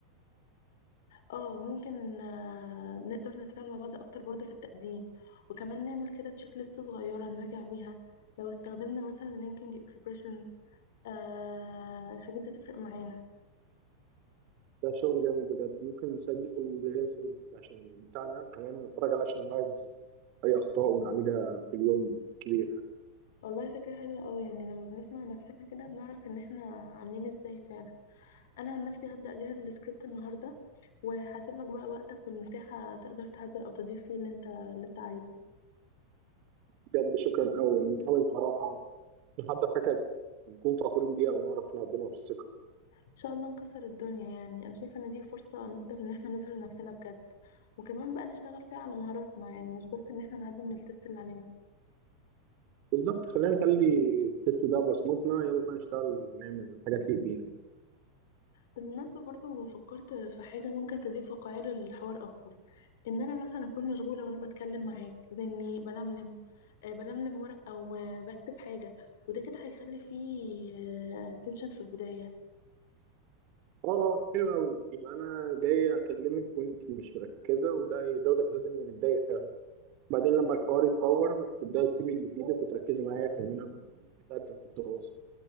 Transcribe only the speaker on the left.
اه ممكن آه، نقدر نتفاعل مع بعض اكتر برضه في التقديم وكمان نعمل كده تشيك ليست صغيره نراجع بيها لو استخدمنا مثلا لينكينج اكسبريشنز آه الحاجات دي تفرق معانا
والله فكره حلوه قوي يعني لما بنسمع نفسنا كده بنعرف ان احنا عاملين ازاي فعلا انا عن نفسي هبدا اجهز السكريبت النهارده وهسيب لك بقى وقتك والمساحه تقدر تعدل او تضيف فيه اللي انت اللي انت عايزه
ان شاء الله نكسر الدنيا يعني انا شايفه ان دي فرصه نقدر ان احنا نظهر نفسنا بجد وكمان بقى نشتغل فيها على مهاراتنا يعني مش بس ان احنا نعدي من التست اللي علينا
بالمناسبه برضو فكرت في حاجه ممكن تضيف واقعيه للحوار اكتر ان انا مثلا اكون مشغوله وانا بتكلم معاك زي اني بلملم آه، بلملم ورق او آه، بكتب حاجه وده كده هيخلي فيه تنشن في البدايه